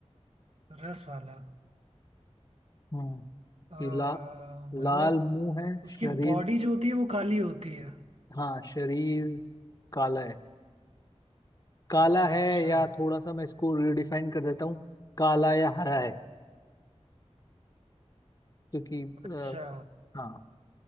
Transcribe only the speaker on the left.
हम्म
ये ला, लाल
मुंह है
शरीर
हाँ शरीर काला है काला
है
या थोड़ा सा मैं इसको रिडिफाइन कर देता हूँ काला या हरा है क्योंकि अ,
हाँ